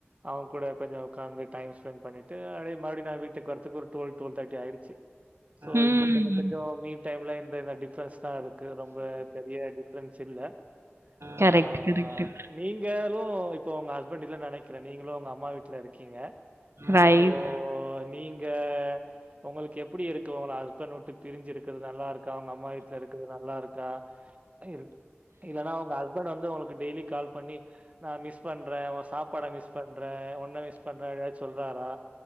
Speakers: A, on the right (about 35°); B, on the right (about 75°).
A: அவன் கூட கொஞ்சம் உட்காந்து டைம் ஸ்பெண்ட் பண்ணிட்டு அதே மாரி நான் வீட்டுக்கு வரத்துக்கு ஒரு டுவெல் டுவல் தேட்டி ஒஆயிடுச்சு சோ
B: ம். ம்,
A: இந்த கொஞ்சம்
B: ம்.
A: கொஞ்சம் மீட் டைம்ல இந் டிஃரன்ஸ் தான் இருக்கு ரொம்ப டிஃப்ரன்ஸ் இல்
B: கரெக்ட்,
A: ஆஹ்
B: கரெக்ட்.
A: நீங்காலும் இப்போ உங்கஹஸ்பண்ட் இல்ல நினைக்கிறன் நீங்களும் உங்க அம்மா வீட்டல இருக்கு இருக்கீங்க
B: ரைட்.
A: சோ நீங்க உங்களுக்கு எப்படி இருக்கு உங்க ஹஸ்பண்ட் விட்டு பிரிஞ்சு இருக்கறிறது நல்லா இருக்கா அவங்க அம்மா வீட்டல இருக்கறிறது நல்லா இருக்கா இ இல்ல நான் உங்க அஸ்பண்ட் வந்து உங்களுக்கு டெய்லி கால் பண்ணி நான மிஸ் பண்றேன் உன் சாப்பாட மிஸ் பண்றேன் உன் என்ன மிஸ் பண்ற அப்டின்னு சொல்றாரா